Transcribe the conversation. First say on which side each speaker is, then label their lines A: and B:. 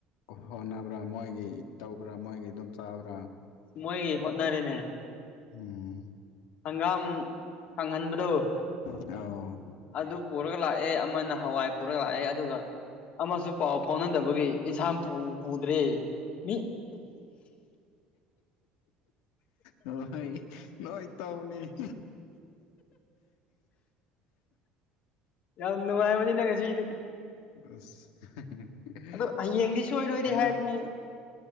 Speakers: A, on the left; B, on the left.
A: ꯍꯣꯠꯅꯕ꯭ꯔꯥ ꯃꯣꯏꯒꯤ ꯇꯧꯕ꯭ꯔꯥ ꯃꯣꯏꯒꯤ ꯑꯗꯨꯝ ꯆꯥꯕ꯭ꯔꯥ꯫
B: ꯃꯣꯏꯒꯤ ꯍꯣꯠꯅꯔꯦꯅꯦ
A: ꯎꯝ
B: ꯍꯪꯒꯥꯝ ꯐꯪꯍꯟꯕꯗꯨ
A: ꯑꯥꯎ
B: ꯑꯗꯨ ꯄꯨꯔꯒ ꯂꯥꯛꯑꯦ ꯑꯃꯅ ꯍꯋꯥꯏ ꯄꯨꯔꯒ ꯂꯥꯛꯑꯦ ꯑꯗꯨꯒ ꯑꯃꯁꯨ ꯄꯥꯎ ꯐꯥꯎꯅꯗꯕꯒꯤ ꯏꯟꯁꯥꯡ ꯄꯨ ꯄꯨꯗ꯭ꯔꯦ ꯃꯤ
A: ꯍꯣꯏ ꯅꯣꯏ ꯇꯧꯅꯤ
B: ꯌꯥꯝ ꯅꯨꯡꯉꯥꯏꯕꯅꯤꯅ ꯉꯁꯤꯗꯤ꯫
A: ꯑꯁ <unintelligible>
B: ꯑꯗꯣ ꯍꯌꯦꯡꯗꯤ ꯁꯣꯏꯔꯣꯏꯗꯤ ꯍꯥꯏꯕꯅꯤ
A: ꯁꯉꯝ